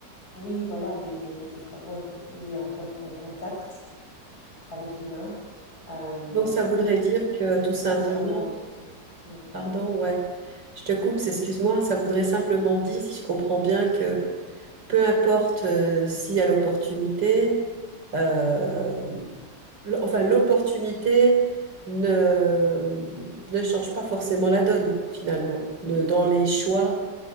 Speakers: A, on the left; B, on the right.
A: oui voilà des, des- des travaux un peu plus où il y a un co- en contact avec l'humain euh,
B: Donc, ça voudrait dire que tout simplement,
A: infirmière et tout ça oui.
B: pardon, ouais. Je te coupe, c'est- excuse-moi, ça voudrait simplement
A: Mm.
B: dire, si je comprends bien, que peu importe euh, s'il y a l'opportunité, euh,
A: Oui.
B: l- enfin l'opportunité ne, ne change pas forcément la donne finalement, Ne- dans les choix,